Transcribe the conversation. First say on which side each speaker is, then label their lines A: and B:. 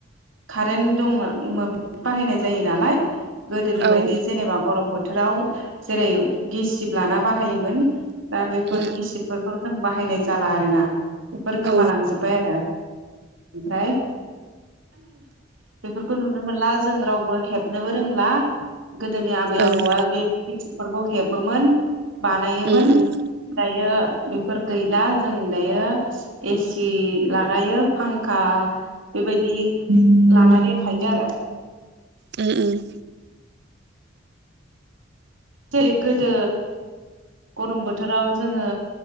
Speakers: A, on the right; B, on the right.
A: कारेन्ट दं मोब्लिब बाहायनाय जायो नालाय। गोदोनि बायदि
B: औ
A: जेनेबा गरम बोथ थोराव जेरै गेसिब लाना बाहायोमोन मोन। दा बेफोर
B: उम उम
A: गिसिबफोरखौ जों बाहायनाय जाला आरोना। बेफोर गोमालांजोबबाय
B: औ
A: आरो। ओमफ्राय। बेफोरखौ नुनो मोनला जों रावबो हेबनोबो रोंला। गोदोनि आबै
B: उम
A: आबौआ बे गिसिब फोरखौ हेबोमोन। बानायोमोन
B: उम
A: दायो बेफोर गैला जों दायो एसि लागायो फांखा बेबायदि लानानै थायो आरो।
B: उम उम।
A: जेरै गोदो गरम बोथोराव जोङो